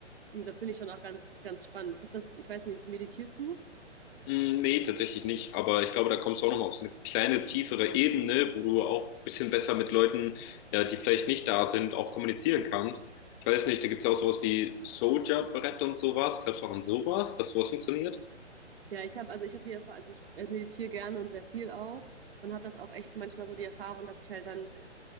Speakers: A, on the right; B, on the left.
A: Und das finde ich schon auch ganz, ganz spannend. Ich habe das, ich weiß nicht, meditierst du?
B: Mm, Nee, tatsächlich nicht. Aber ich glaube, da kommst du auch nochmal auf so eine kleine tiefere Ebene, wo du auch ein bisschen besser mit Leuten, ja, die vielleicht nicht da sind, auch kommunizieren kannst. Ich weiß nicht, da gibt es ja auch sowas wie Soldier-Brett und sowas. Glaubst du auch an sowas, dass sowas funktioniert?
A: Ja, ich habe also ich habe die Erfahrung, also ich äh, meditiere gerne und sehr viel auch und habe das auch echt manchmal so die Erfahrung, dass ich halt dann